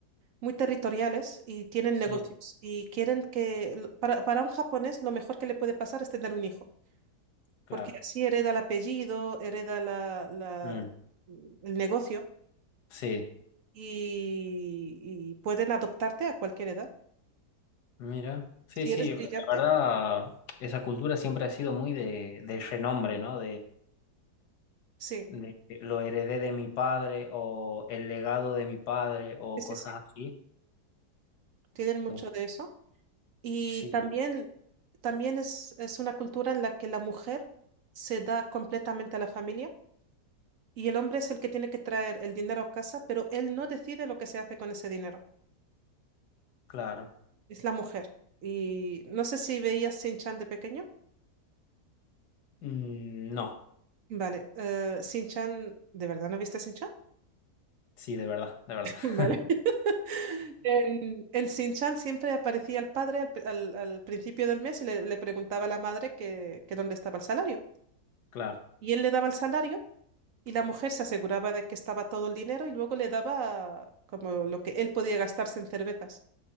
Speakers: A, on the right; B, on the left.
A: muy territoriales y tienen
B: Sí,
A: negocios y quieren que, para, para un japonés, lo mejor que le puede pasar es tener un hijo.
B: claro.
A: porque así hereda el apellido, hereda la, la-
B: Mm,
A: el negocio
B: sí,
A: y, y pueden adoptarte a cualquier edad.
B: mira. Sí,
A: Si
B: sí,
A: eres brillante,
B: la verdad, esa cultura siempre ha sido muy de, de renombre, ¿no?
A: sí,
B: de lo heredé de mi padre o el legado de mi padre o
A: sí,
B: cosas
A: sí, sí.
B: así.
A: Tienen mucho
B: Entonces,
A: de eso. Y
B: sí,
A: también, también es, es una cultura en la que la mujer se da completamente a la familia y el hombre es el que tiene que traer el dinero a casa, pero él no decide lo que se hace con ese dinero.
B: claro.
A: Es la mujer. Y no sé si veías Sin chan de pequeño.
B: Mm, no,
A: Vale, eh, Shin-chan, ¿de verdad no viste Shin-chan?
B: sí, de verdad, de verdad.
A: <laughs> Vale.
B: <laughs>
A: <laughs> En, en Shin-chan siempre aparecía el padre al, al- al principio del mes y le, le preguntaba a la madre que, que dónde estaba el salario.
B: Claro,
A: Y él le daba el salario y la mujer se aseguraba de que estaba todo el dinero y luego le daba como lo que él podía gastarse en cervezas.